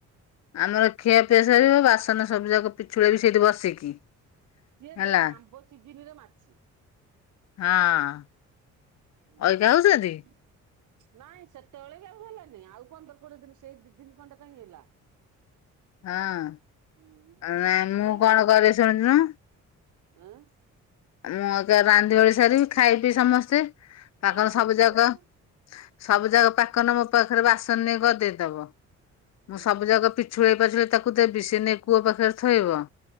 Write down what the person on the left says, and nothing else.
ଆମର ଖିଆପିଆସ ବାସନ ସବୁ ଯାକ ପିଛୁଳି ବି ସେଇଠି ବସିକି।
ହେଲା
ହଁ
ଅଇକା ହଉଛନ୍ତି
ହଁ
ନାଇଁ ମୁଁ
କଣ କରେ ଶୁଣୁନୁ
ମୁଁ ଏକ ରାନ୍ଧି ଭଳି ସାରିବି ଖାଇ ପି ସମସ୍ତେ ପାଖର
ସବୁ
ଯାକ ସବୁ ଯାକ ପାକନ ମୋ ପାଖରେ ବାସନ ନେଇ ଗ ଦେଇଦବ
ମୁଁ ସବୁ ଯାକ ପି ଛୁଳେଇ ପାଛେଇ ତାକୁ ତ ବିଶ ନେଇ କୂଅ ପାଖରେ ଥୋଇବ।